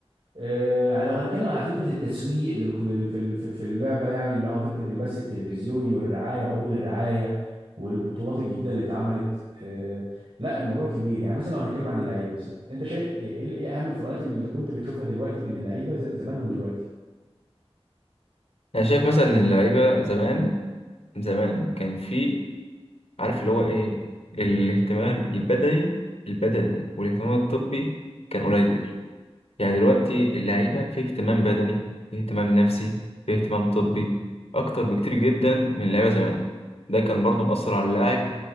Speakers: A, on the right; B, on the left.
A: آه، لو هنتكلم على فكره التسويق لل- لل- في ال- في اللعبه يعني اللي هو فكره البث التلفزيوني والرعايه عقود الرعايه والبطولات الجديده اللي اتعملت آه، لا الموضوع كبير يعني مثلا لو هنتكلم عن اللعيبه مثلا انت شايف ايه إيه اهم الفروقات اللي كنت بتشوفها دلوقتي بين اللعيبه ز- زمان ودلوقتي
B: انا شايف مثلا ان اللعيبه زمان زمان كان في عارف اللي هو ايه الاهتمام البدني البدني والاهتمام الطبي كان قليل يعني دلوقتي اللعيبة في اهتمام بدني في اهتمام نفسي في اهتمام طبي أكتر بكتير جدا من اللعيبة زمان ده كان برضو مؤثر على اللاعب